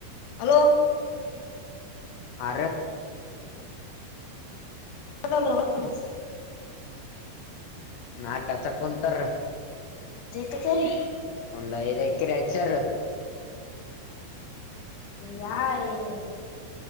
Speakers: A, on the left; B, on the left.
A: ಹಲೋ
B: ಆ
A: ಅರ ಒಪ್ಪನ
B: ನಾಟ ಚ ಕುಂತರ
A: ಹಚ್ಚಾರಿ
B: ಒಂದ್ ಐದ್ ಎಕರೆ ಚರು
A: ಯಾರ